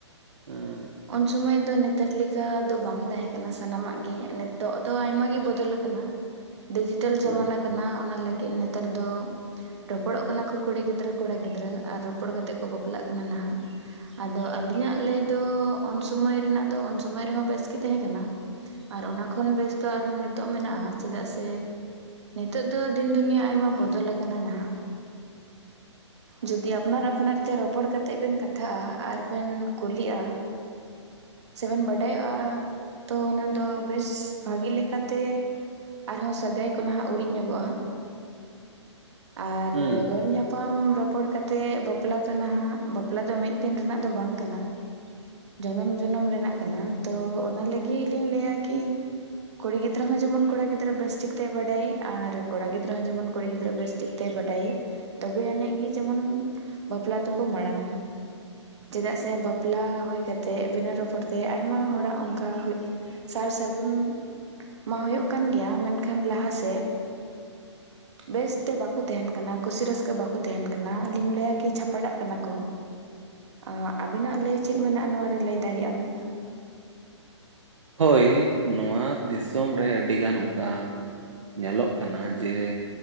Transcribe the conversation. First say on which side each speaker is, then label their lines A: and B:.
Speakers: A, on the right; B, on the right.
A: ᱦᱮᱸ
B: ᱩᱱ ᱥᱩᱢᱟᱹᱭ ᱫᱚ ᱱᱮᱛᱟᱨ ᱞᱮᱠᱟ ᱫᱚ ᱵᱟᱝ ᱛᱟᱦᱮᱸ ᱠᱟᱱᱟ ᱥᱟᱱᱟᱢᱟᱜ ᱜᱮ ᱱᱤᱛᱚᱜ ᱫᱚ ᱟᱭᱢᱟ ᱜᱮ ᱵᱚ ᱫᱚᱞ ᱟᱠᱟᱱᱟ ᱰᱤᱡᱤᱴᱮᱞ
A: ᱦᱩᱸ
B: ᱡᱟᱢᱟᱱᱟ ᱠᱟᱱᱟ ᱚᱱᱟ ᱞᱟᱹᱜᱤᱫ ᱱᱮᱛᱟᱨ ᱫᱚ ᱨᱚᱯᱚᱲᱚᱜ ᱠᱟᱱᱟ ᱠᱚ ᱠᱩᱲᱤ ᱜᱤᱫᱽᱨᱟᱹ ᱠᱚᱲᱟ ᱜᱤᱫᱽᱨᱟᱹ ᱟᱨ ᱨᱚᱯᱚᱲ ᱠᱟᱛᱮᱜ ᱠᱚ ᱵᱟᱯᱞᱟᱜ ᱠᱟᱱᱟ ᱱᱟᱦᱟᱜ ᱟᱫᱚ ᱟᱹᱞᱤᱧᱟᱜ ᱞᱟᱹᱭ ᱫᱚ ᱩᱱ ᱥᱚᱢᱚᱭ ᱨᱮᱱᱟᱜ ᱫᱚ ᱩᱱ ᱥᱚᱢᱚᱭ ᱨᱮᱦᱚᱸ ᱵᱮᱥ ᱜᱮ ᱛᱟᱦᱮᱸ ᱠᱟᱱᱟ ᱟᱨ ᱚᱱᱟ ᱠᱷᱚᱱ ᱵᱮᱥ ᱫᱚ ᱟᱨᱦᱚᱸ ᱱᱤᱛᱚᱜ ᱢᱮᱱᱟᱜᱼᱟ ᱪᱮᱫᱟᱜ ᱥᱮ ᱱᱤᱛᱚᱜ ᱫᱚ ᱫᱤᱱ ᱫᱩᱱᱤᱭᱟᱹ ᱟᱭᱢᱟ ᱵᱚᱫᱚᱞ ᱟᱠᱟᱱᱟ ᱱᱟᱦᱟᱜ
A: <unintelligible>
B: ᱡᱩᱫᱤ ᱟᱯᱱᱟᱨ ᱟᱯᱱᱟᱨ ᱛᱮ ᱨᱚᱯᱚᱲ ᱠᱟᱛᱮᱫ ᱵᱮᱱ ᱠᱟᱛᱷᱟᱜᱼᱟ ᱟᱨ ᱵᱮᱱ ᱠᱩᱞᱤᱜᱼᱟ ᱥᱮ ᱵᱮᱱ ᱵᱟᱰᱟᱭᱚᱜᱼᱟ ᱛᱚ ᱚᱱᱟ ᱫᱚ ᱵᱮᱥ ᱵᱷᱟᱜᱤ ᱞᱮᱠᱟ ᱛᱮ ᱟᱨᱦᱚᱸ ᱥᱟᱹᱜᱟᱭ ᱠᱚ ᱱᱟᱦᱟᱜ ᱩᱨᱤᱡ ᱧᱚᱜᱚᱜᱼᱟ ᱟᱨ
A: ᱦᱩᱸ
B: ᱵᱮᱜᱚᱨ ᱧᱟᱯᱟᱢ ᱨᱚᱯᱚᱲ ᱠᱟ ᱛᱮ ᱵᱟᱯᱞᱟ ᱫᱚ ᱱᱟᱦᱟᱜ ᱵᱟᱯᱞᱟ ᱫᱚ ᱢᱤᱫ ᱫᱤᱱ ᱨᱮᱱᱟᱜ ᱫᱚ ᱵᱟᱝ ᱠᱟᱱᱟ ᱡᱚᱱᱚᱢ ᱡᱚᱱᱚᱢ ᱨᱮᱱᱟᱜ ᱠᱟᱱᱟ ᱛᱚ ᱚᱱᱟ ᱞᱟᱹᱜᱤᱫ ᱞᱤᱧ ᱞᱟᱹᱭᱟ ᱠᱤ ᱠᱩᱲᱤ ᱜᱤᱫ ᱫᱽᱨᱟᱹ ᱦᱚᱸ ᱡᱮᱢᱚᱱ ᱠᱚᱲᱟ ᱜᱤᱫᱽᱨᱟᱹ ᱵᱮᱥ ᱴᱷᱤᱠᱛᱮ ᱵᱟᱰᱟᱭᱮ ᱟᱨ ᱠᱚᱲᱟ ᱜᱤᱫᱽᱨᱟᱹ ᱦᱚᱸ ᱡᱮᱢᱚᱱ ᱠᱩᱲᱤ ᱜᱤᱫᱽᱨᱟᱹ ᱵᱮᱥ ᱴᱷᱤᱠᱛᱮ ᱵᱟᱰᱟᱭᱮ ᱛᱚᱵᱮ ᱟᱹᱱᱤᱡ ᱜᱮ ᱡᱮᱢᱚᱱ ᱵᱟᱯᱞᱟ ᱫᱚᱠᱚ ᱢᱟᱲᱟᱝᱼᱟ ᱪᱮᱫᱟᱜ ᱥᱮ ᱵᱟᱯᱞᱟ ᱦᱩᱭ ᱠᱟᱛᱮᱫ ᱵᱤᱱᱟᱹ ᱨᱚᱯᱚᱲ ᱛᱮ ᱟᱭᱢᱟ ᱦᱚᱲᱟᱜ ᱚᱱᱠᱟ ᱥᱟᱨ ᱥᱟᱹᱜᱩᱱ ᱢᱟ ᱦᱩᱭᱩᱜ ᱠᱟᱱ ᱜᱮᱭᱟ ᱢᱮᱱᱠᱷᱟᱱ ᱞᱟᱦᱟᱥᱮᱫ
A: <unintelligible>
B: ᱵᱮᱥ ᱛᱮ ᱵᱟᱠᱚ ᱛᱟᱦᱮᱱ ᱠᱟᱱᱟ ᱠᱩᱥᱤ ᱨᱟᱹᱥᱠᱟᱹ ᱵᱟᱠᱚ ᱛᱟᱦᱮᱱ ᱠᱟᱱᱟ ᱟᱞᱤᱧ ᱞᱟᱹᱭᱟ ᱠᱤ ᱪᱷᱟᱯᱟᱰᱟᱜ ᱠᱟᱱᱟ ᱠᱚ ᱟ ᱟᱹᱵᱤᱱᱟᱜ ᱞᱟᱹᱭ ᱪᱮᱫ ᱢᱮᱱᱟᱜᱼᱟ ᱱᱚᱣᱟ ᱨᱮ ᱞᱟᱹᱭ ᱫᱟᱲᱮᱭᱟᱜᱼᱟ ᱵᱤᱱ
A: ᱦᱳᱭ ᱱᱚᱣᱟ ᱫᱤᱥᱚᱢ ᱨᱮ ᱟᱹᱰᱤᱜᱟᱱ ᱚᱱᱠᱟ ᱧᱮᱞᱚᱜ ᱠᱟᱱᱟ ᱡᱮ